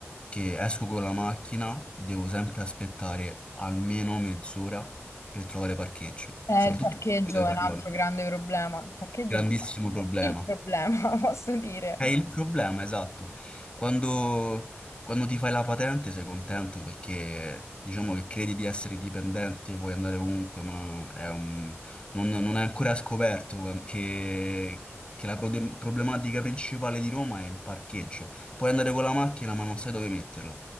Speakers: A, on the left; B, on the left.
A: che esco con la macchina devo sempre aspettare almeno mezz'ora per trovare parcheggio,
B: eh,
A: soprattutto
B: il parcheggio
A: in Capitale Parioli.
B: è un altro grande problema. Il parcheggio
A: Grandissimo
B: è veramente
A: problema.
B: il problema, <laughs> posso dire.
A: È il problema, esatto. Quando, quando ti fai la patente sei contento perché diciamo che credi di essere dipendente, puoi andare ovunque, ma è un- non, non è ancora scoperto quan- che, che la prode- problematica principale di Roma è il parcheggio. Puoi andare con la macchina, ma non sai dove metterla.